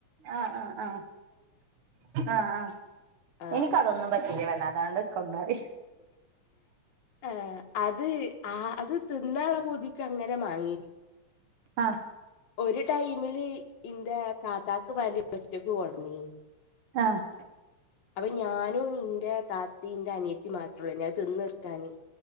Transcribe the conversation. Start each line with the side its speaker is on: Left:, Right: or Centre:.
Right: ആഹ് ആഹ് ആഹ് ആഹ് ആഹ്
Left: ആ
Right: എനിക്കതൊന്നും പറ്റില്ലേ വല്ലാതെ അതാണ് കറി <unintelligible>
Left: ആഹ് അത് ആഹ് അത് തിന്നാല്ലെ പൂതി തിക്കു അങ്ങനെ മാങ്ങീ
Right: ആഹ്
Left: ഒരു ടൈമില് ഇൻ്റെ താത്താക്ക് വേണ്ടി ഒറ്റക്ക്കൊട്നിം
Right: ആഹ്
Left: അപ്പൊ ഞാനും ഇന്റെ താത്തി ഇന്റെ അനിയത്തി മാത്രമ ഉള്ളൂന്നെ അത് തിന്ന തീർക്കാന്